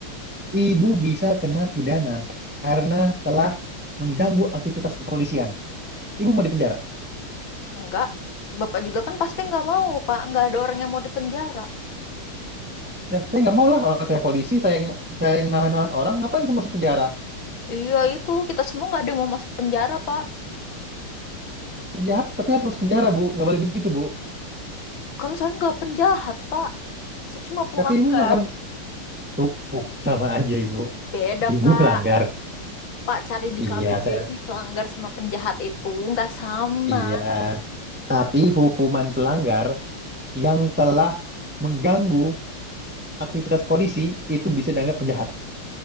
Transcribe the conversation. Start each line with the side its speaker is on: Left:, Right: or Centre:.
Centre: Ibu bisa kena pidana karena telah mengganggu aktivitas kepolisian. Ibu mau dipenjara.
Left: Enggak. Bapak juga kan pasti nggak mau, Pak. Nggak ada orang yang mau dipenjara.
Centre: Nah, saya nggak mau lah orang saya polisi, saya yang saya yang nahan-nahan orang, ngapain saya masuk penjara?
Left: Iya, itu kita semua nggak ada yang mau masuk penjara, Pak.
Centre: Penjahat tapi harus masuk penjara, Bu. Nggak boleh begitu, Bu.
Left: Kan saya nggak penjahat, Pak. Saya cuma pelanggar.
Centre: Tapi Ibu melakukan tuh sama aja, Ibu.
Left: Beda, Pak.
Centre: Ibu melanggar.
Left: Pak, cari di
Centre: Iya,
Left: KBBI
Centre: saya
Left: pelanggar sama penjahat itu nggak sama.
Centre: iya. Tapi hukuman pelanggar yang telah mengganggu aktivitas polisi itu bisa dianggap penjahat.